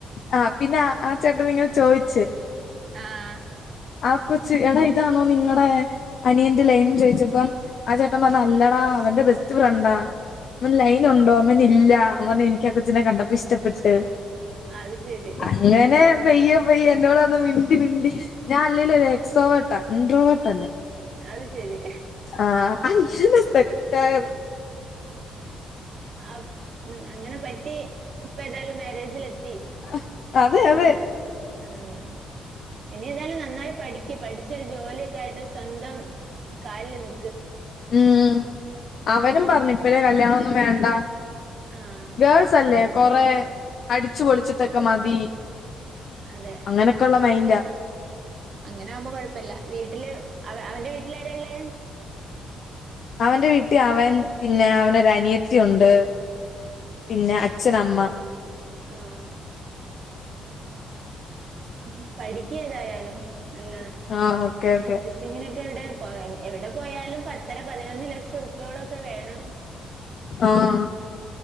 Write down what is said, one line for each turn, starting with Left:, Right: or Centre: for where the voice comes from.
Left: ആഹ്, പിന്നാ ആ ചേട്ടനിങ്ങനെ ചോയിച്ച്.
Right: ആഹ് ആഹ്.
Left: ആ കൊച്ച് എട ഇതാന്നോ നിങ്ങടേ അനിയന്റെ ലൈന് ന്ന് ചോയ്ച്ചപ്പം ആ ചേട്ടൻ അല്ലടാ അവന്റെ ബെസ്റ്റ് ഫ്രണ്ടാ ൻ ലൈനുണ്ടോ? മ്മർഞ്ഞ് ഇല്ലാ അവൻ പർഞ്ഞ് എനിയ്ക്കാ കൊച്ചിനെ കണ്ടപ്പൊ ഇഷ്ടപ്പെട്ട്
Right: അത് ശരി
Left: അങ്ങനെ പെയ്യെ പെയ്യെ എന്നോട് വന്ന് മിണ്ടി മിണ്ടി ഞാൻ അല്ലേലും ഒര് എക്സോവെർട്ടാ ഇൻഡ്രോ വേർട്ടല്ല.
Right: അത് ശെരി.
Left: ആഹ്, അഞ്ചുനേ സെറ്റായ
Right: അപ് ഉം, അങ്ങനെ പറ്റീ ഇപ്പ ഏതായാലും മേരേജിലെത്തി.
Left: അഹ്, അതെ യതെ.
Right: ഉം, ഇനിയേതായാലും നന്നായി പഠിയ്ക്ക്. പഠിച്ചൊരു ജോലിയൊക്കെ ആയിട്ട് സ്വന്തം കാലില് നി
Left: ഉം, അവനും
Right: എന്നിട്ട്
Left: പർഞ്ഞ് ഇപ്പഴേ കല്യാണൊന്നും വേണ്ടാ
Right: ആഹ്
Left: ഗേൾസല്ലെ കൊറേ അടിച്ചു പൊളിച്ചിട്ടൊക്കെ മതീ.
Right: അതെ
Left: അങ്ങനൊക്കൊള്ള മൈന്റാ.
Right: അങ്ങനെ ആവുമ്പോ കൊഴപ്പല്ല. വീട്ട്ല് അവ അവന്റെ വീട്ട്ലാരാള്ളഅ്.
Left: അവന്റെ വീട്ടി അവൻ പിന്നെ അവനൊര നിയത്തി ഒണ്ട്. പിന്നെ, അച്ഛനമ്മ.
Right: ആഹ ഉം പഠിക്ക്യതായാലും നല്ലണം
Left: ആഹ് ഓക്കെ ഓക്കെ
Right: ങ്ങിനൊക്കെ എവിടെ എവിടെ പോയാലും പത്തര പതിനൊന്ന് ലക്ഷം ർപ്യോളൊക്കെ വേണം
Left: ആഹ് ആ